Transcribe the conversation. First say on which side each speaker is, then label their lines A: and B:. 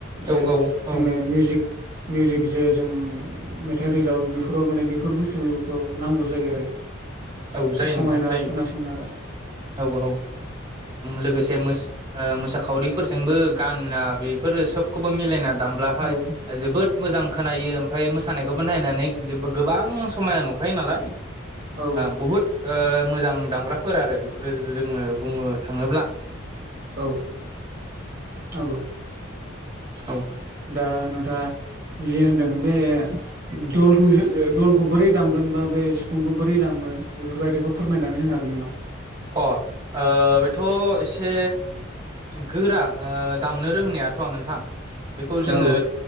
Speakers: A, on the right; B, on the right.
A: जे
B: औ
A: जोंनो
B: औ
A: मिउजिक मिउजिक जे जों मेथाइ रोजाबो बेफोराव माने बेफोर बुस्थुखौ नांगौ जायो आरो।
B: औ जायो
A: समायना
B: नोंथां जायो
A: खोनासंनो आरो
B: औ औ ओ लोगोसे मो ओ मोसाखावरिफोरजोंबो गाना बेफोरो सोबखौबो मिलायना दामब्लाहाय
A: औ
B: जोबोद मोजां खोनायो ओमफ्राय मोसानायखौबो नायनानै जोब गोबां समायना नुखायो नालाय?
A: औ
B: ओ बहुद ओ मोजां दामग्राफोर आरो बेफोरो जोंङो बुंनो थांङोब्ला।
A: औ औ
B: औ
A: दा नोंथाङा जि होनदों बे दलखौ जो दलखौ बोरै दामगोन बा बे सिफुंखौ बोरै दामगोन बेफोरबाय दिखौ फोरमायनानै होनो हागोन नामा?
B: अ, ओ बेथ एसे गोरा ओ दामनो रोंनायाथ' नोंथां। बेखौ जोंङो
A: औ